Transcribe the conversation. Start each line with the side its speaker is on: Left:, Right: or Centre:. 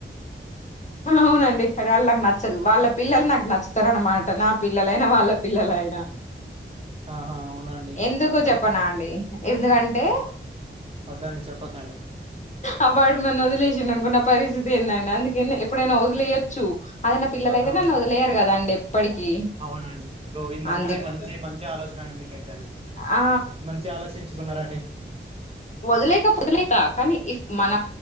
Left: అవునండి సర్ వాళ్ళు నాకు నచ్చదు వాళ్ళ పిల్లలు నాకు నచ్చుతారు అన్నమాట నా పిల్లలైనా వాళ్ళ పిల్లలైనా
Right: ఆహా అవున అండి
Left: ఎందుకు చెప్పనా అండి ఎందుకంటే
Right: ఆహా, వద్దండి చెప్పకండి
Left: ఆ వాడు నన్ను వదిలేసి జ <unintelligible> నా పరిస్థితి ఏందండి అందుకే ఎప్పుడైనా వదిలేయొచ్చు అద నా పిల్లయితే
Right: అవును
Left: నన్న వదిలేయారు కదండి ఎప్పటికి
Right: అవునండి ఇది మంచి
Left: అందుకే
Right: మంచి మంచి ఆలోచన అండి మీకైతే అది
Left: ఆ
Right: మంచి ఆలోచిం కున్నారండి
Left: వదిలేక వదిలేక కానీ ఇఫ్ మన